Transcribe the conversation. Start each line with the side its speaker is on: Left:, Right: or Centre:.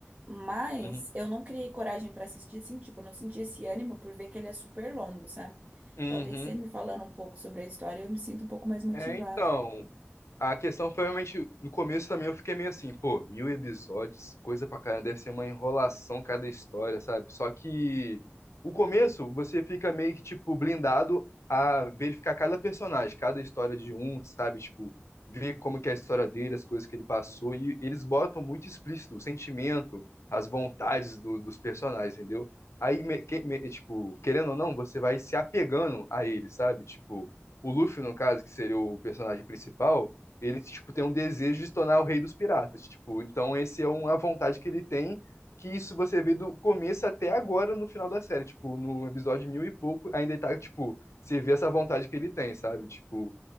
Right: mas
Left: uhum,
Right: eu não criei coragem pra assistir, assim, tipo, eu não senti esse ânimo por ver que ele é super longo, sabe?
Left: uhum.
Right: Talvez você me falando um pouco sobre a história, eu me sinto um pouco mais motivada.
Left: É, então. A questão foi realmente, no começo também eu fiquei meio assim, pô, mil episódios, coisa pra caramba, deve ser uma enrolação cada história, sabe? Só que o começo você fica meio que, tipo, blindado a verificar cada personagem, cada história de um, sabe? Tipo, ver como que é a história dele, as coisas que ele passou, e eles botam muito explícito o sentimento, as vontades do- dos personagens, entendeu? Aí, me- que- me- tipo, querendo ou não, você vai se apegando a eles, sabe? Tipo, o Luffy, no caso, que seria o personagem principal, ele tipo tem um desejo de se tornar o rei dos piratas, tipo, então esse é uma vontade que ele tem, que isso você vê do começo até agora no final da série, tipo, no episódio mil e pouco, ainda ele tá tipo, você vê essa vontade que ele tem, sabe? Tipo,